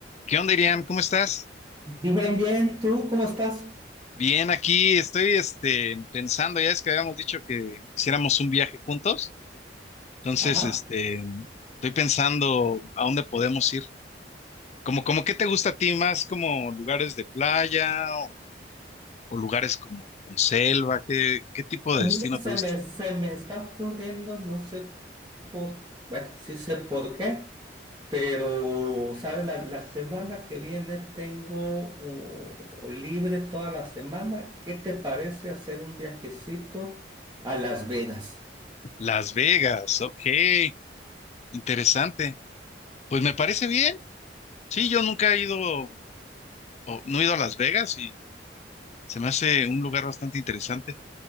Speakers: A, on the left; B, on the right.
A: ¿Qué onda, Iriam? ¿Cómo estás?
B: Bien, bien, ¿tú cómo estás?
A: Bien, aquí estoy este, pensando, ya es que habíamos dicho que hiciéramos un viaje juntos, entonces
B: Ajá.
A: este, estoy pensando a dónde podemos ir. Como, como, ¿qué te gusta a ti más? ¿Como lugares de playa o, o lugares como con selva? ¿Qué, qué tipo
B: Mira,
A: de destino te
B: Se
A: gusta?
B: me, se me está ocurriendo, no sé por, bueno, sí sé por qué, pero, ¿sabes? La, la semana que viene tengo uh, libre toda la semana. ¿Qué te parece hacer un viajecito a Las Vegas?
A: Las Vegas, ok, interesante. Pues me parece bien. Sí, yo nunca he ido, o no he ido a Las Vegas y se me hace un lugar bastante interesante.